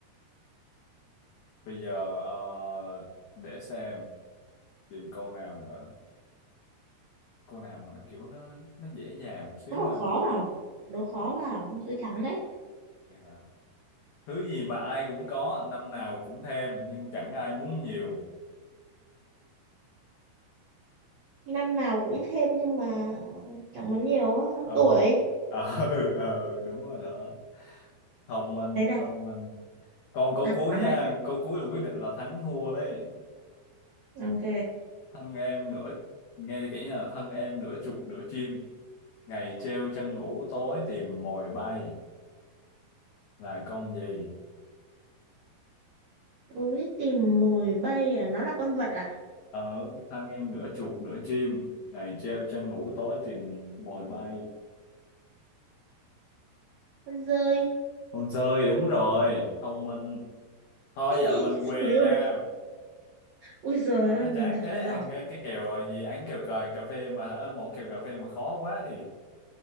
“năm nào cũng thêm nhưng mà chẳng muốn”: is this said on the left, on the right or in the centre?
Right